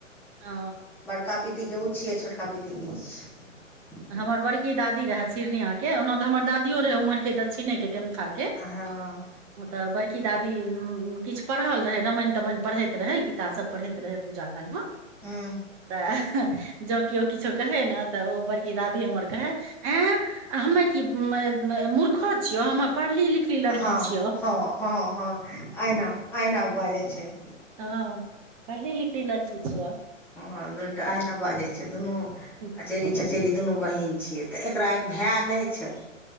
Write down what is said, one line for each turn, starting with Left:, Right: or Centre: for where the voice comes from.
Right: ओ
Centre: बड़का पिति के उ छिये छोट का पिति के ई छिये।
Right: हमर बड़की दादी रहा शिरनिये के ओना तऽ हमर दादीयो रहय उम्हर के दक्षिणके तेमथा के।
Centre: हँ
Right: त बड़की दादी किछ पढ़ल रहेय रमायन तमायन पढई। रहै गीता सब पढ़त रहै पूजा काल मे।
Centre: हूँ
Right: तऽ जो किओ किछो कहे ने तऽ ओ ब दादी हमर कहे ए हमें की मूखरो छ्हियो ह पढ़ली लिखली लड़की
Centre: हँ
Right: छियौ
Centre: हँ हँ हँ ऐना ऐना बाजय छैय।
Right: हँ पढ़ली लिखल लड़की छिया।
Centre: ह दुनु आहिना बाजे छैय दुनु
Right: हँ
Centre: अचेरी चचेरी दुनु बहिन छियै। तऽ एकरा भाय नहि छैय